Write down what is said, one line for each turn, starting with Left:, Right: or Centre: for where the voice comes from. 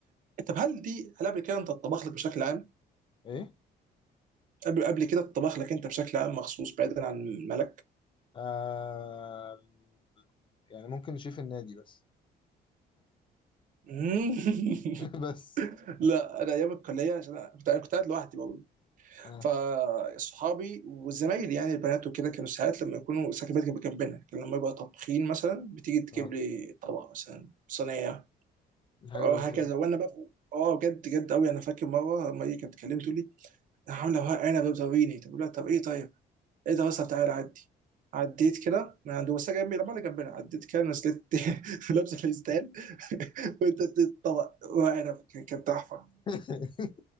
Right: طب هل دي هل قبل كده انت اتطبخ لك بشكل عام؟
Left: ايه
Right: قبل قبل كده اتطبخ لك انت بشكل عام مخصوص بعيدا عن ملك؟
Left: آه... يعني ممكن نشوف النادي بس
Right: <laughs>
Left: <laughs> بس
Right: لا انا ايام الكلية عشان أنا كنت كنت قاعد لوحدي
Left: اه
Right: فاصحابي وزمايلي يعني البنات وكده كانوا ساعات لما يكونوا سكبات كانت جنبنا كان لما يبقى طابخين مثلا بتيجي تجيب
Left: اه
Right: لي طبق مثلا صينيه
Left: دي حاجه
Right: اه
Left: لذيذه
Right: هكذا
Left: جدا
Right: وانا بقى اه بجد بجد قوي انا فاكر مره لما هي كانت بتكلمني تقول لي انا عامله ورق عنب بتوريني طب أقول لها طب ايه طيب ايه ده اصلا تعالى عدي عديت كده من عند بس جنبي لما انا جنبنا عديت كده نزلت <laughs> لابسه فستان <laughs> وانت الطبق ورق عنب كان كان تحفه
Left: <laughs>